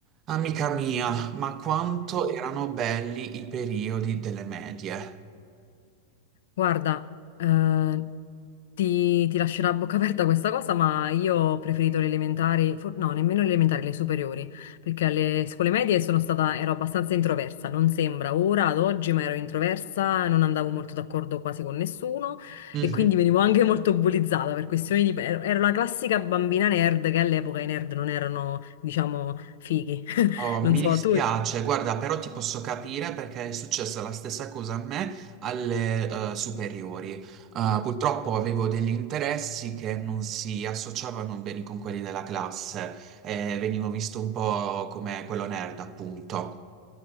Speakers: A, on the right; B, on the left.
A: Amica mia, ma quanto erano belli i periodi delle medie.
B: Guarda, eh, ti, ti lascerà a bocca aperta questa cosa, ma io ho preferito le elementari, for- no, nemmeno le elementari, le superiori, perché alle scuole medie sono stata, ero abbastanza introversa, non sembra ora, ad oggi, ma ero introversa, non andavo molto d'accordo quasi con nessuno
A: Mhm.
B: e quindi venivo anche <laughs> molto bullizzata per questioni di... ero ero la classica bambina nerd che all'epoca i nerd non erano, diciamo, fighi. <laughs>
A: Oh, mi
B: Non so,
A: dispiace,
B: tu...
A: guarda, però ti posso capire perché è successa la stessa cosa a me alle eh, superiori. Eh, purtroppo avevo degli interessi che non si associavano bene con quelli della classe e venivo visto un po' come quello nerd, appunto.